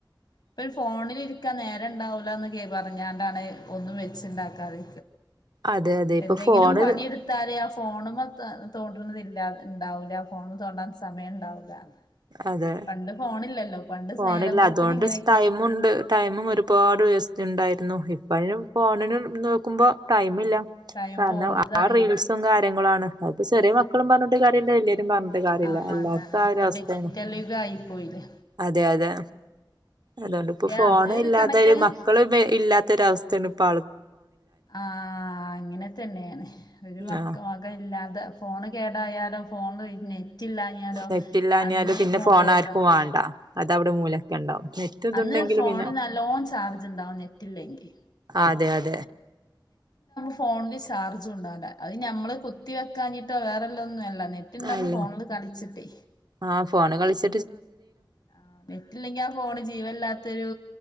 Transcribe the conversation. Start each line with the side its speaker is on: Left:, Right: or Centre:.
Left: ഇപ്പൊ ഫോണിലിരിക്കാൻ നേരം ഇണ്ടാവൂലാന്ന് കേ പറഞ്ഞാണ്ടാണ് ഒന്നും വെച്ചിണ്ടാക്കാതെ
Right: അതെ അതെ ഇപ്പൊ
Left: എന്തെങ്കിലും
Right: ഫോണ്
Left: പണിയെടുത്താലേ ഫോണുമാ തോ തോണ്ടണത് ഇണ്ടാവൂലാ ഫോണില് തോണ്ടാൻ സമയം ഇണ്ടാവില്ലാ
Right: അതെ
Left: പണ്ട് ഫോണില്ലല്ലോ പണ്ട്
Right: ഫോണില്ല
Left: നേരം പോക്കിന്
Right: അതുകൊണ്ട്
Left: ഇങ്ങനെ
Right: ടൈമുണ്ട് ടൈമും ഒരുപാട് വ്യവസ്ഥിണ്ടായിരുന്നൂ ഇപ്പോഴും ഫോണിന് നോക്കുമ്പോ ടൈമില്ലാ
Left: ടൈം
Right: കാരണം
Left: പോണത്
Right: ആ
Left: അറിയില്ല
Right: റീൽസും കാര്യങ്ങളുമാണ് അതിപ്പോ ചെറിയ മക്കളും പറഞ്ഞിട്ട് കാര്യല്ല <unintelligible> പറഞ്ഞിട്ട് കാര്യില്ലാ
Left: ആ
Right: എല്ലാവർക്കും
Left: അതാണ്
Right: ആ
Left: ഇപ്പൊ
Right: ഒരവസ്ഥയാണ്
Left: ഡിജിറ്റൽ യുഗായി പോയില്ലേ
Right: അതെ അതെ അതുകൊണ്ട്
Left: പക്ഷെ
Right: ഇപ്പോ ഫോണ്
Left: അത് ഒരു
Right: ഇല്ലാതൊരു
Left: കണക്കിന്
Right: മക്കളും ഇല്ലാത്ത അവസ്ഥാണ് ഇപ്പ
Left: ആ അങ്ങനെ തന്നെയാണ് ഒരു മക്ക
Right: ആഹ്
Left: മകൻ ഇല്ലാതെ ഫോണ് കേടായ <unintelligible> ഫോൺ റിംങ്ങ് ചെയ്യും
Right: നെറ്റില്ലാഞ്ഞാല്
Left: <unintelligible> അന്ന്
Right: പിന്നെ
Left: മൂടൗട്ടാ
Right: ഫോൺ ആർക്കും വാണ്ട അതവിടെ മൂലൊക്കെ ഉണ്ടാവും നെറ്റ് ഇതുണ്ടെങ്കില്
Left: അന്ന് ഫോണ്
Right: പിന്നെ
Left: നല്ലോണം ചാർജ് ഇണ്ടാവും നെറ്റില്ലെങ്കി
Right: അതെ അതെ
Left: ഫോണിൽ ചാർജും ഉണ്ടാവില്ല അത് ഞമ്മള് കുത്തി വെക്കാഞ്ഞിട്ടോ വേറെല്ലാം ഒന്നും അല്ലാ നെറ്റിണ്ടാവുമ്പോ
Right: അല്ല
Left: ഫോണില് കളിച്ചിട്ടേ
Right: ആഹ് ഫോണ് കളിച്ച
Left: ആ നെറ്റില്ലെങ്കി ആ ഫോണ് ജീവനില്ലാത്തൊരു